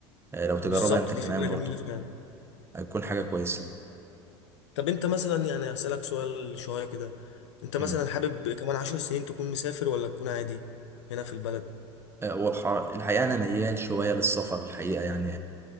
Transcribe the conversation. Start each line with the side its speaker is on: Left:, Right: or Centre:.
Right: آه، لو تجربها
Left: بالظبط
Right: انت كمان
Left: دي فكرة
Right: برضو
Left: جميلة فعلا
Right: هتكون حاجة كويسة
Left: طب انت مثلا يعني هسألك سؤال شوية كده انت مثلا
Right: مم.
Left: حابب كمان عشر سنين تكون مسافر ولا تكون عادي هنا في البلد
Right: آه، والحر... الحقيقة أنا ميال شوية للسفر الحقيقة يعني